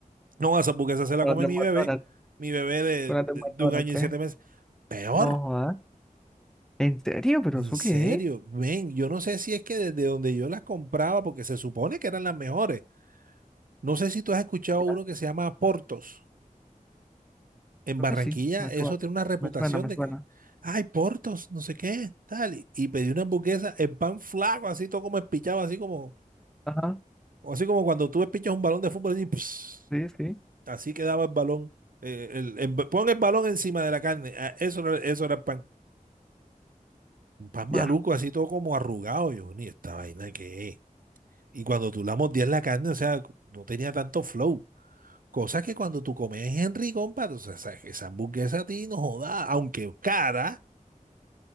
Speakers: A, on the right (about 75°); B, in the centre.
A: no, esa hamburguesa se la
B: ¿O
A: come
B: las de
A: mi
B: McDonald's?
A: bebé, mi bebé de,
B: ¿Con las
A: de,
B: de McDonald's?
A: de un año
B: ¿Qué?
A: y siete meses. Peor,
B: No, jodas. ¿En serio? ¿Pero
A: En
B: eso
A: serio,
B: qué es?
A: ven, yo no sé si es que desde donde yo las compraba, porque se supone que eran las mejores. No sé si tú has escuchado
B: Ya,
A: uno que se llama Portos. En
B: creo
A: Barranquilla,
B: que sí. Me
A: eso
B: suena.
A: tiene una reputación
B: Me suena, me
A: de
B: suena.
A: que, ay, Portos, no sé qué, tal. Y, y pedí una hamburguesa, el pan flaco, así todo como espichado, así como,
B: Ajá.
A: o así como cuando tú espichas un balón de fútbol, así, ps,
B: Sí, sí.
A: así quedaba el balón. Eh, el, el- pon el balón encima de la carne. ah, Eso, era- eso era el pan. Un pan
B: Ya.
A: maluco, así todo como arrugado. Yo, ni esta vaina que es. Y cuando tú la mordías la carne, o sea, no tenía tanto flow. Cosa que cuando tú comes Henry, compadre, o sea, esa, esa hamburguesa a ti no joda, aunque cara,